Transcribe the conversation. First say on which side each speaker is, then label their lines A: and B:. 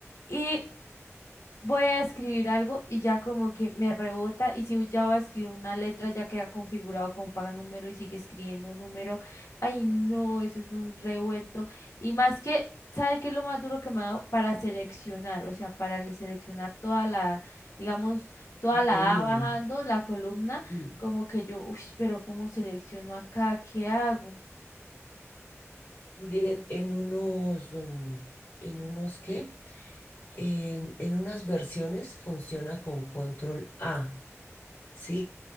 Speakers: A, on the left; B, on the left.
A: y voy a escribir algo y ya como que me rebota, y si ya voy a escribir una letra, ya queda configurado como paga número y sigue escribiendo número. Ay, no, eso es un revuelto. Y más que, ¿sabe qué es lo más duro que me ha dado? Para seleccionar, o sea, para le- seleccionar toda la, digamos, toda
B: la
A: la
B: columna?
A: A bajando, la columna,
B: Sí.
A: como que yo, uy, pero ¿cómo selecciono acá? ¿Qué hago?
B: Juliet, en unos, mm, en unos qué? En, en unas versiones funciona con control A, ¿sí?